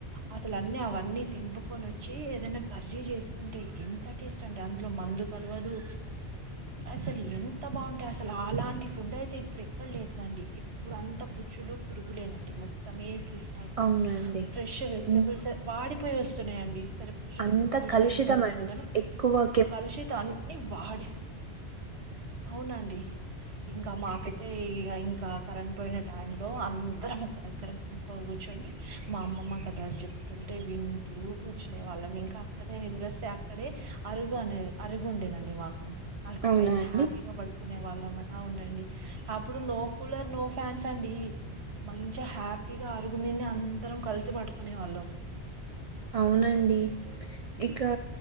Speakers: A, on the right (about 70°); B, on the right (about 55°).
A: అసలు అన్నీ అవన్నీ తెంపుకొని వచ్చి ఏదైనా కర్రీ చేసుకుంటే ఎంత టేస్ట్ అంటే అందులో మందు క కలవదు అసలు ఎంత బాగుంటాయి అసలు అలాంటి ఫుడ్ అయితే ఇప్పుడు ఎక్కడ లేదండి. ఇప్పుడు అంత పుచ్చులు పురుగులేనండి మొత్తం ఈ చూశినా కూడా
B: అవునండి
A: ఫ్రెష్ వెజిటబుల్స్
B: అన్
A: అ వాడిపోయి వస్తున్నాయండి. సరే పుచ్చులు
B: అంత
A: పురుగులు ఉన్నా
B: కలుషితం
A: ఏం కాదులే
B: అండి
A: అని గాని.
B: ఎక్కువ
A: కలుషిత అన్ని వాడి
B: గ్
A: అవునండి ఇంకా మాకైతే ఇగ ఇంకా కరెంట్ పోయిన టైం లో అందరం ఒక దగ్గర గుంప్ పుగ కూర్చొని మా అమ్మమ్మ కథల్ చెప్తుంటే వింటూ కూర్చునే వాళ్ళం. ఇంకా అక్కడే నిద్ర ద్రొస్తే అక్కడే అరుగు అనేద్ అరుగు ఉండేదండి మాకు. అరుగు
B: అవునా
A: పైనే
B: అండి
A: హ్యాపీగా పడు కునే వాళ్ళం అవునండి. అప్పుడు నో కూలర్ నో ఫ్యాన్స్ అండీ. మంచిగ హ్యాపీగా అరుగుమీన్నే అందరం కల్సి పడుకునే వాళ్ళం.
B: అవునండి ఇకా